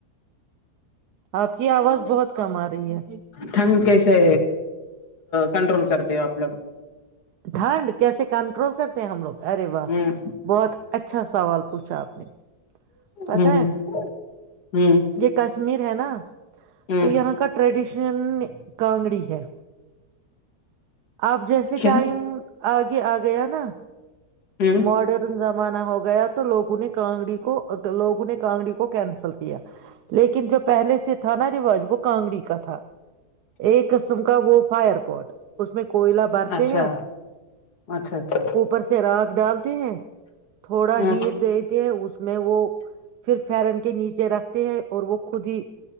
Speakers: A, on the right (about 80°); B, on the left (about 80°).
A: آپ کی آواز بہت کم آ رہی ہے
B: ٹھنڈ کیسے کنٹرول کرتے ہو اپپ
A: ٹھنڈ کیسے کنٹرول کرتے ہیں ہم لوگ ارے واہ
B: ہوں
A: بہت اچھا سوال پوچھا آپ نے پتا
B: ہوں
A: ہے
B: ہوں
A: یہ کشمیر ہے نا
B: ہوں
A: تو یہاں کا ٹریڈیشن کانگڑی ہے آپ جیسے
B: کیا
A: ٹائم آگ آے آ گیا نا
B: ہوں
A: مارڈرن ز انا ہو گیا تو لوگوں نے کانگڑی کو لووں نے کانگڑی کو کینسر کیا لیکن جو پہلے سے تھا نا رواج وہ کانگڑی کا تھا ایک قسم کا وہ فائر پوٹ اس میں کچھ کوئلہ برتے
B: اچھا
A: ہیں
B: اچھا اچھا
A: اوپر سے رات ڈال ہیں تھوڑا
B: ہوں
A: ہیٹ دیتے ہیں اس اس میں وہ پھر فرن کے نیچے رکھتے ہیں اور وہ خود ہی